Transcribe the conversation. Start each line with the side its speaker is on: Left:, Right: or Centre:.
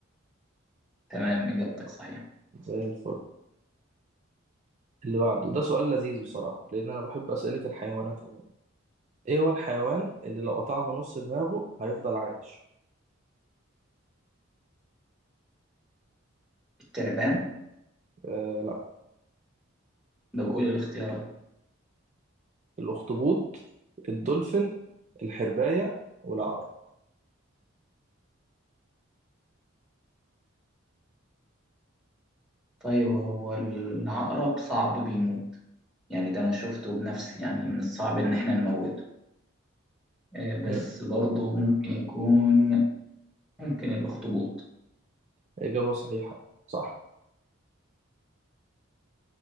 Centre: تمام إجابتك صحيحة
Right: زي الفل اللي بعده ده سؤال لذيذ بصراحة لأن أنا بحب أسئلة الحيوانات عموما إيه هو الحيوان اللي لو قطعنا نص دماغه هيفضل عايش؟
Centre: التعبان
Right: آه، لا
Centre: ده بقول الاختيارات
Right: الأخطبوط الدولفين الحرباية والعقرب
Centre: طيب هو العقرب صعب بيموت يعني ده أنا شفته بنفسي يعني من الصعب إن إحنا نموته آه، بس
Right: مم.
Centre: برضه ممكن يكون ممكن الأخطبوط
Right: إجابة صحيحة صح